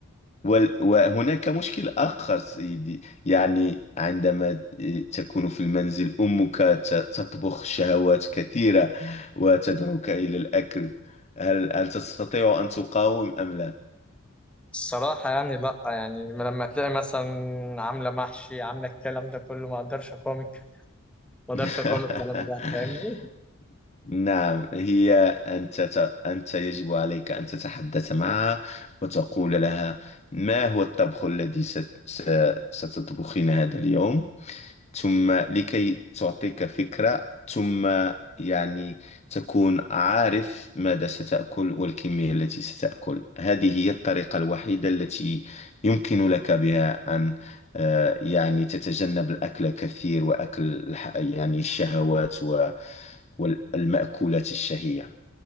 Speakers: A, on the left; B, in the centre.
A: وال- وهناك مشكل آخر سيدي يعني عندما آه، تكون في المنزل أمك ت- تطبخ شهوات كثيرة وتدعوك إلى الأكل هل هل تستطيع أن تقاوم أم لا؟
B: الصراحة يعني لأ يعني لما تلاقي مثلا عاملة محشي عاملة الكلام ده كله ما أقدرش أقاومك ما أقدرش
A: <laughs>
B: أقاوم الكلام ده فاهمني؟
A: نعم هي أنت ت- أنت يجب عليك أن تتحدث معها وتقول لها ما هو الطبخ الذي ست- س- ستطبخين هذا اليوم؟ ثم لكي تعطيك فكرة ثم يعني تكون عارف ماذا ستأكل والكمية التي ستأكل هذه هي الطريقة الوحيدة التي يمكن لك بها أن آه، يعني تتجنب الأكل كثير وأكل الح- يعني الشهوات والمأكولات الشهية